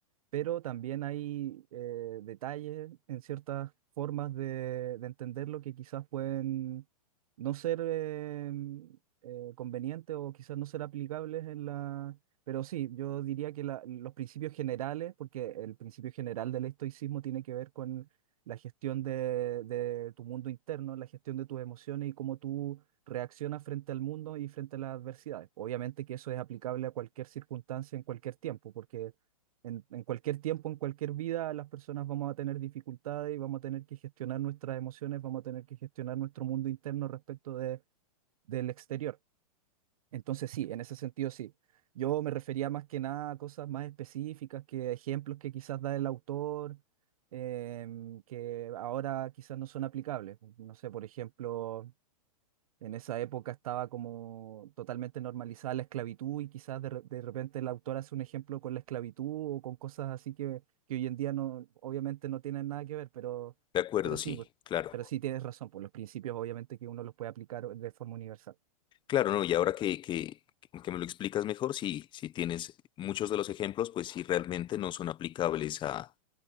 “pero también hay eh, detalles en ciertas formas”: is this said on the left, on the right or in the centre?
Right